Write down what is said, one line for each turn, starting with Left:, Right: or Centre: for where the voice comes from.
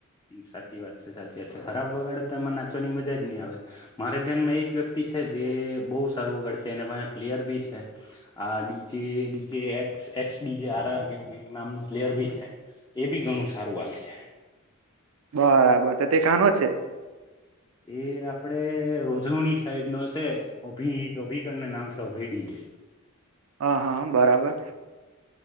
Left: સાચી વાત છે, સાચી વાત છે, ખરાબ વગાડે તો એમાં નાચવાની મજા જ ની આવે મારે ધ્યાનમાં એક વ્ય છે જે બો સારું વગાળે છે એના પાહે પ્લેયર બી છે આ ડીજે ડીજે એ એક્સ ડીજે આર આર <unintelligible> નામનું પ્લેયર બી છે એબી ઘણું સારું વાગે છે.
Right: બરાબર, તો તે કાનો છે?
Left: એ આપડે રોજોણી સાઈડ નો છે અભ અભિકર ના નામ છે અભયડી જે
Right: હા હા બરાબર